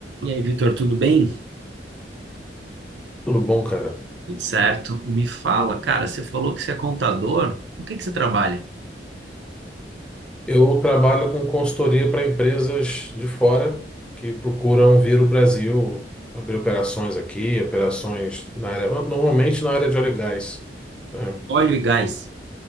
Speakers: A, on the right; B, in the centre.
A: E aí, Vitor, tudo bem?
B: Tudo bom, cara?
A: Tudo certo. Me fala, cara, você falou que você é contador. O que que você trabalha?
B: Eu trabalho com consultoria para empresas de fora que procuram vir o Brasil, abrir operações aqui, operações na área, normalmente na área de óleo e gás. É,
A: Óleo e gás.